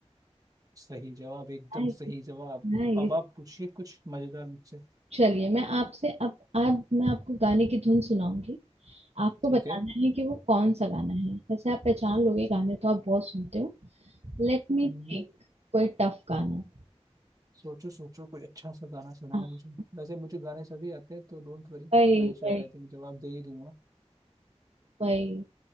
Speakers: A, on the right; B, on the right.
A: सही जवाब एकदम
B: नाइस
A: सही जवाब
B: नाइस
A: अब आप पूछिए कुछ मजेदार मुझसे
B: चलिए मैं आपसे अब आज मैं आपको गाने की धुन सुनाऊंगी आपको
A: ठीक
B: बताना
A: है
B: है कि वो कौन सा गाना है वैसे आप पहचान लोगे गाने तो आप बहुत सुनते हो Let me
A: हम्म
B: think कोई टफ गाना
A: सोचो सोचो कोई अच्छा सा गाना सुनाओ
B: हाँ,
A: मुझे वैसे मुझे गाने सभी आते हैं तो डोंट वरी
B: वही
A: मैं शायद
B: वही
A: आई थिंक जवाब दे ही दूंगा
B: वही